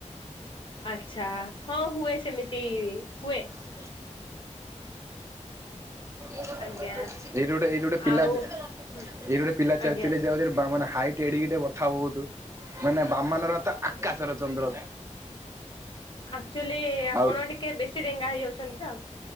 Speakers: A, on the left; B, on the right.
A: ଆଚ୍ଛା ହଁ ହୁଏ ସେମିତି ହୁଏ।
B: <inaudible> ଏଇଠି
A: ଆଜ୍ଞା
B: ଗୋଟେ ଏଇଠି ଗୋଟେ ପିଲା
A: ଆଉ
B: ଏଇଠିି
A: ହୁଁ
B: ଗୋଟେ ପିଲା ଚାଲି
A: ଆଜ୍ଞା
B: ଚାଲି ଯାଉଛିରେ ବାମ ହାଇଟ ଏଡଗିଟେ କଥା ବହୁତ। ମାନେ ବାମାନର ତ ଆକାଶର ଚନ୍ଦ୍ର।
A: ଆକଚୁଆଲି ଆପଣ
B: ଆଉ
A: ଟିକେ ବେଶୀ ଡେଙ୍ଗା ହେଇଯାଉଛନ୍ତି ତ।